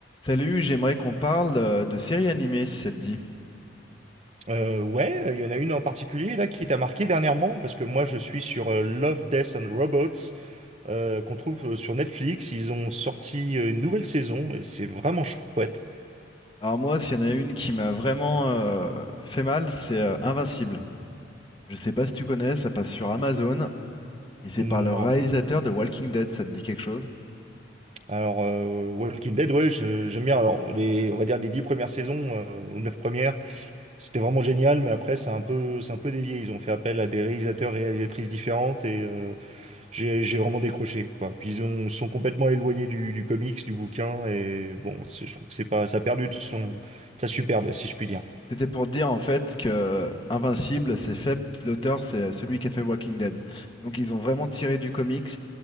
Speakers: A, on the left; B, on the right.
A: Salut, j'aimerais qu'on parle euh, de séries animées si ça te dit.
B: Euh, ouais, il y en a une en particulier là qui t'a marqué dernièrement parce que moi je suis sur euh, Love, Death and Robots euh, qu'on trouve euh, sur Netflix. Ils ont sorti euh, une nouvelle saison et c'est vraiment chouette.
A: Alors moi, s'il y en a une qui m'a vraiment euh, fait mal, c'est euh, Invincible. Je sais pas si tu connais, ça passe sur Amazon et c'est
B: Non.
A: par le réalisateur de Walking Dead, ça te dit quelque chose?
B: Alors euh, Walking Dead, ouais, je- j'aime bien. Alors les, on va dire les dix premières saisons euh, ou neuf premières, c'était vraiment génial, mais après c'est un peu, c'est un peu dévié. Ils ont fait appel à des réalisateurs, réalisatrices différentes et euh, J'ai j'ai vraiment décroché, quoi. Puis ils ont, sont complètement éloignés du, du comics, du bouquin, et bon, c'est- je trouve que c'est pas, ça a perdu de son, de sa superbe, si je puis dire.
A: C'était pour dire en fait que Invincible, c'est fait, l'auteur, c'est celui qui a fait Walking Dead. Donc ils ont vraiment tiré du comics